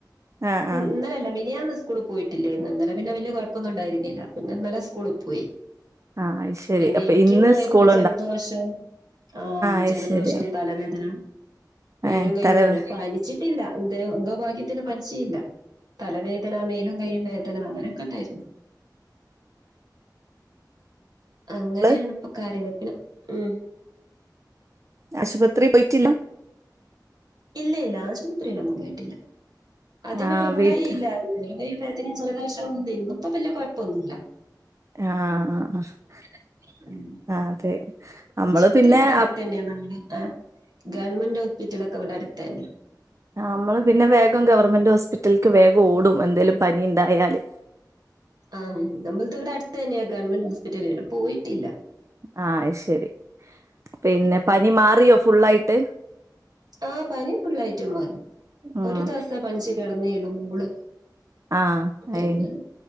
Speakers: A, on the right; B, on the right.
A: ആഹ് ആഹ്
B: ഇന്നലല്ല മിനിയാന്ന് സ്‌കൂ സ്കൂളിൽ പോയിട്ടില്ലന്ന് ഇന്നലെ പിന്നെ വലിയ കുഴപ്പൊന്നുംണ്ടായിരുന്നില്ല പിന്നെന്നല്ലെ സ്കൂളി പോയി.
A: ആഹ് ശരി
B: പിന്നെ
A: അപ്പൊ
B: എനിക്കും
A: ഇന്ന്
B: ഉണ്ടായിരുന്നു
A: സ്കൂൾ
B: ജലദോഷം. ആ
A: അയ്ശരി
B: ജലദോഷം' തലവേദന. മേലും
A: ഏഹ്
B: കൈയ്യും
A: തലവേ
B: വേദന പനിച്ചിട്ടില്ല എന്തോ എന്തോ ഭാഗ്യത്തിന് പനിച്ചീല്ല. തലവേദന മേലും കയ്യും വേദന അങ്ങനെയൊക്കെണ്ടായിരുന്നു. അങ്ങനെയാണ്
A: ള്
B: ഇപ്പൊ കാര്യങ്ങള് ഉം
A: ആശുപത്രിയിൽ പോയിറ്റില്ല
B: ഇല്ല ഇല്ല ആശുപത്രിയിലൊന്നും പോയിറ്റില്ല അതിന്
A: ആഹ്
B: ഉണ്ടായില്ല
A: വീട്ട്
B: മേലും കയ്യും വേദന.. പിന്നെ ജലദോഷം അങ്ങ് നിന്നു ഇപ്പോ വലിയ കുഴപ്പൊന്നുമില്ല
A: ആ അ ആഹ്
B: ഉം.
A: ആ അതെ നമ്മള്
B: ആശുപത്രി
A: പിന്നെ
B: ഇവിടെ അടുത്ത്
A: അ
B: തന്നെയാണ് നമ്മുടെ ആ ഗവൺമെന്റ് ഹോസ്പിറ്റലക്കെ ഇവിടെടുത്തന്നെ
A: ആ നമ്മള് പിന്നെ വേഗം ഗവൺമെന്റ് ഹോസ്പിറ്റൽക്ക് വേഗം ഓടും എന്തെലും പനിണ്ടായാല്.
B: ആഹ നമ്മളതിവിടെ അടുത്തന്നെയാ. ഗവൺമെന്റ് ഹോസ്പിറ്റലിൽ, പോയിട്ടില്ല.
A: ആ അയ്ശരി. പിന്നെ പനിമാറിയോ ഫുള്ളായിട്ട്.
B: ആ പനി ഫുള്ളായിട്ട് മാറി
A: ഉം
B: ഒരുദവസേ പനിച് കെടന്നെള്ളൂ മോള്
A: ആഹ്
B: പിന്നെ
A: അയ്